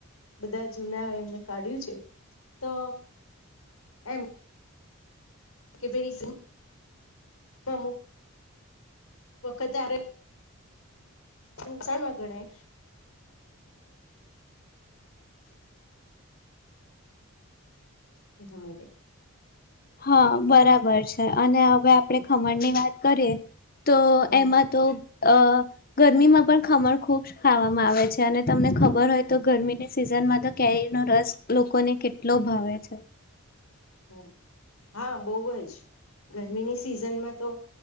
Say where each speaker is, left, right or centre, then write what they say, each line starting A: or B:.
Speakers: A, on the left; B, on the left.
A: બધા જૂના એમને કાઢ્યું છે તો એમ કે ભઈ અમુક વખતે ગણાય <unintelligible> માટે
B: હા બરાબર છે અને હવે આપણેે ખમણ ની વાત કરીએ તો
A: હમ
B: એમાં તો અ ગરમીમાં પણ ખમણ ખૂબ ખાવામાં આવે છે અને તમને ખબર હોય તો ગરમીની સિઝનમાં તો કેરીનો રસ લોકોને કેટલો ભાવે છે
A: હ હા બઉ જ ગરમીની સિઝનમાં તો